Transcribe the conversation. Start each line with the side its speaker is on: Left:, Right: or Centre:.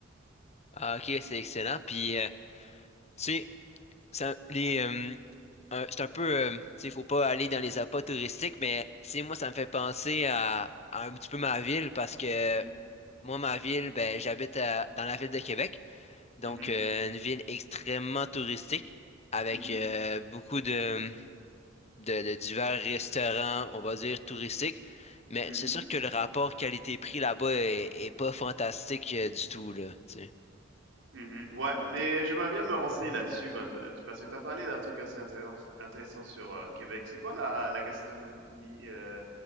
Left: Ah, OK, c'est excellent. Puis, euh, tu sais, ça- les, euh, euh, c'est un peu, euh, tu sais, faut pas aller dans les appâts touristiques, mais tu sais, moi, ça me fait penser à, à un petit peu ma ville parce que
Right: Mhm,
Left: moi, ma ville, ben, j'habite à- dans la ville de Québec, donc
Right: mhm,
Left: euh, une ville extrêmement touristique avec
Right: mhm,
Left: euh, beaucoup de, de, de divers restaurants, on va dire touristiques, mais
Right: mhm.
Left: c'est sûr que le rapport qualité-prix là-bas est, est pas fantastique euh, du tout, là, tu sais.
Right: Mhm. Ouais, mais j'aimerais bien me renseigner là-dessus, quoi, de- parce que tu as parlé d'un truc assez intéressant, intéressant sur euh, Québec. C'est quoi la, la gastronomie euh,